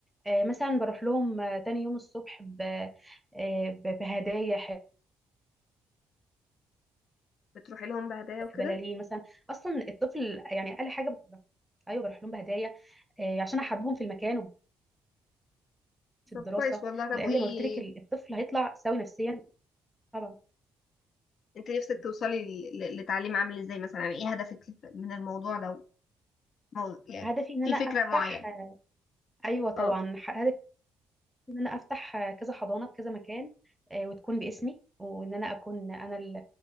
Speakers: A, in the centre; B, on the left.
A: آه مثلا بروح لهم آه، تاني يوم الصبح ب... آه ب- بهدايا ح-
B: بتروحي لهم بهدايا وكده
A: بلالين مثلا اصلا الطفل يعني اقل حاجه بتبقى ايوه بروح لهم بهدايا آه عشان احببهم في المكان وفي الدراسه
B: طب كويس والله
A: لان
B: طب وايه
A: زي ما قلت لك ال- الطفل هيطلع سوي نفسيا طبعا
B: انت نفسك توصلي ل- ل- لتعليم عامل ازاي مثلا يعني ايه هدفك من الموضوع ده او يعني
A: هدفي ان
B: في
A: انا
B: فكرة
A: افتح
B: معينة
A: ايوه طبعا
B: اه
A: ح- هدف ان انا افتح كذا حضانه في كذا مكان آه، وتكون باسمي وان انا اكون انا ال-